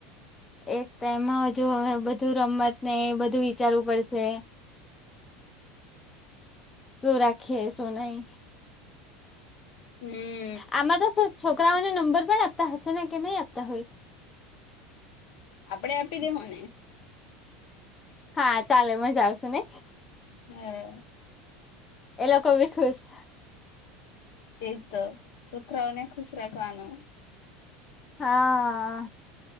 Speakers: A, on the left; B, on the left.
A: એક ટાઈમમાં હજુ હવે બધું રમતને એ બધું વિચારવું પડશે. શું રાખીએ શું નહી.
B: હમ્મ.
A: આમાં તો શું છોકરાઓને નંબર પણ આપતા હશે ને કે નહી આપતા હોય?
B: આપડે આપી દેહો ને
A: હા ચાલે મજા આવશે ને?
B: હા.
A: એ લોકો બી ખુશ
B: એ જ તો છોકરાઓને ખુશ રાખવાનું
A: હા...